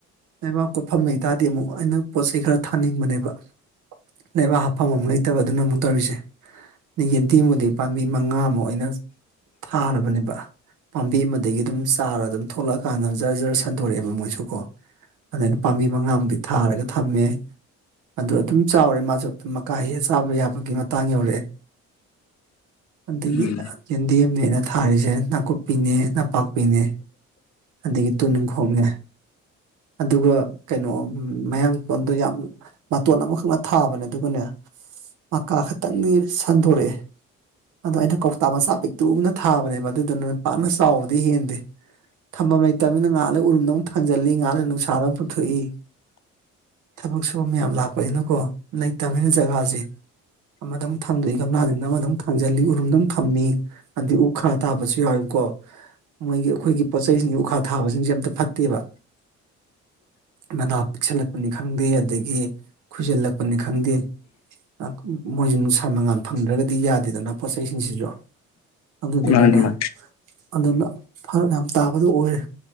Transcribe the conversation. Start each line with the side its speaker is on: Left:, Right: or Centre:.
Right: ꯂꯩꯕꯥꯛ ꯄꯣꯠꯐꯝ ꯂꯩꯇꯥꯔꯗꯤ ꯑꯃꯨꯛ ꯑꯩꯅ ꯄꯣꯠ ꯆꯩꯩ ꯈꯔ ꯊꯥꯅꯤꯡꯕꯅꯦꯕ ꯂꯩꯕꯥꯛ ꯍꯥꯞꯐꯝ ꯑꯃꯨꯛ ꯂꯩꯇꯕ ꯑꯗꯨꯅ ꯑꯃꯨꯛ ꯇꯧꯔꯤꯁꯦ ꯌꯦꯟꯗꯦꯝꯃꯨꯗꯤ ꯄꯥꯝꯕꯤ ꯃꯉꯥ ꯑꯃꯨ ꯑꯣꯏꯅ ꯊꯥꯔꯕꯅꯦꯕ ꯄꯥꯝꯕꯤ ꯑꯃꯗꯒꯤ ꯑꯗꯨꯝ ꯆꯥꯔ ꯑꯗꯨꯝ ꯊ ꯊꯣꯛꯂꯛꯑꯀꯥꯟꯗ ꯖꯔ ꯖꯔ ꯁꯟꯗꯣꯔꯛꯑꯦꯕ ꯃꯣꯏꯁꯨ ꯀꯣ ꯑꯗ ꯑꯩꯅ ꯄꯥꯝꯕꯤ ꯃꯉꯥꯃꯨꯛꯇꯤ ꯊꯥꯔꯒ ꯊꯝꯃꯦ ꯑꯗꯨ ꯑꯗꯨꯝ ꯆꯥꯎꯔꯦ ꯃꯥꯁꯨꯝ ꯃꯀꯥ ꯍꯦꯛꯑ ꯆꯥꯕ ꯌꯥꯕꯒꯤ ꯃꯇꯥꯡ ꯌꯧꯔꯛꯑꯦ
Left: <inaudible>
Right: ꯑꯗꯒꯤ
Left: ꯎꯝ
Right: ꯌꯦꯟꯗꯦꯝꯅꯦ ꯑꯩꯅ ꯊꯥꯔꯤꯁꯦ ꯅꯥꯀꯨꯞꯄꯤꯅꯦ ꯅꯄꯥꯛꯄꯤꯅꯦ ꯑꯗꯒꯤ ꯇꯨꯅꯤꯡꯈꯣꯛꯅꯦ ꯑꯗꯨꯒ ꯀꯩꯅꯣ ꯃꯌꯥꯡ ꯇꯣꯟꯗꯣ ꯌꯥꯝ ꯃꯇꯣꯟ ꯑꯃꯈꯛꯅ ꯊꯥꯕꯅꯦ ꯑꯗꯨꯒꯅꯦ ꯃꯀꯥ ꯈꯛꯇꯪꯗꯤ ꯁꯟꯗꯣꯔꯛꯑꯦ ꯑꯗꯣ ꯑꯩꯅ ꯀꯧꯇꯥ ꯃꯆꯥ ꯄꯤꯛꯇꯨꯅ ꯊꯥꯕꯅꯦꯕ ꯑꯗꯨꯗꯨ ꯅꯣꯏꯠ ꯄꯥꯛꯅ ꯆꯥꯎꯕꯗꯤ ꯍꯦꯟꯗꯦ ꯊꯝꯐꯝ ꯂꯩꯇꯕꯅꯤꯅ ꯉꯥꯏꯍꯥꯛꯂ ꯎꯔꯨꯝꯗ ꯑꯃꯨ ꯊꯥꯡꯖꯜꯂꯤ ꯉꯍꯥꯛꯂ ꯅꯨꯡꯁꯥꯗ ꯑꯃ ꯄꯨꯊꯣꯛꯏ ꯊꯕꯛ ꯁꯨꯕ ꯃꯌꯥꯝ ꯂꯥꯛꯄꯅꯤꯅꯀꯣ ꯂꯩꯇꯕꯅꯤꯅ ꯖꯒꯥꯁꯦ ꯑꯃ ꯑꯗꯨꯝ ꯊꯥꯡꯗꯣꯛꯏ ꯒꯝꯂꯥꯁꯤꯡꯅ ꯑꯃ ꯑꯗꯨꯝ ꯊꯥꯡꯖꯤꯜꯂꯤ ꯎꯔꯨꯝ ꯑꯗꯨꯝ ꯊꯝꯃꯤ ꯑꯗꯩ ꯎꯛ ꯈꯥ ꯇꯥꯕꯁꯨ ꯌꯥꯎꯋꯤ ꯀꯣ ꯃꯣꯏꯒꯤ ꯑꯩꯈꯣꯏꯒꯤ ꯄꯣꯠꯁꯤꯡ ꯎꯈꯥ ꯊꯥꯕꯁꯤꯡꯁꯦ ꯑꯝꯇ ꯐꯠꯇꯦꯕ ꯃꯅꯥ ꯄꯤꯛꯁꯜꯂꯛꯄꯅꯤ ꯈꯪꯗꯦ ꯑꯗꯒꯤ ꯈꯨꯖꯤꯜꯂꯛꯄꯅꯤ ꯈꯪꯗꯦ ꯈꯪ ꯃꯣꯏꯁꯨ ꯅꯨꯡꯁꯥ ꯃꯉꯥꯟ ꯐꯪꯗ꯭ꯔꯒꯗꯤ ꯌꯥꯗꯦꯗꯅ ꯄꯣꯠ ꯆꯩꯁꯤꯡꯁꯤꯁꯨ ꯑꯗꯨꯗꯨꯅꯅꯦ
Left: ꯃꯥꯅꯤ ꯃꯥꯅꯤ
Right: ꯑꯗꯨꯅ ꯐꯔꯛ ꯌꯥꯝ ꯇꯥꯕꯗꯨ ꯑꯣꯏꯔꯦ